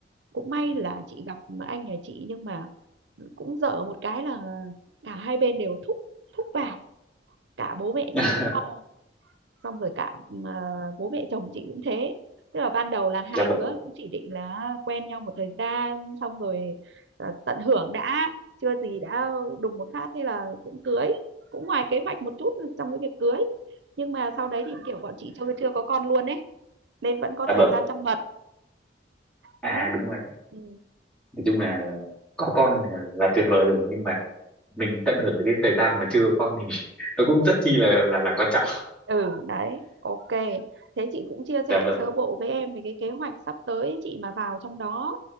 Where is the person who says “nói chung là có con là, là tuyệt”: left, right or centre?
Centre